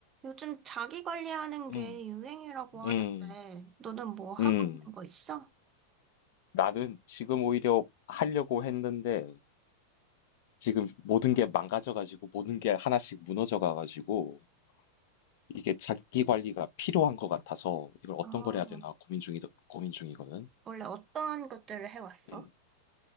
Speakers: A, on the right; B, on the left.
A: 요즘 자기 관리하는 게
B: 음.
A: 유행이라고 하는데,
B: 음.
A: 너는 뭐 하고
B: 음.
A: 있는 거 있어?
B: 나는 지금 오히려 하려고 했는데 지금 모든 게 망가져 가지고 모든 게 하나씩 무너져 가 가지고 이게 자기 관리가 필요한 것 같아서 이걸 어떤
A: 아,
B: 걸 해야 되나 고민 중이 고민 중이거든.
A: 원래 어떤 것들을 해왔어?
B: 음.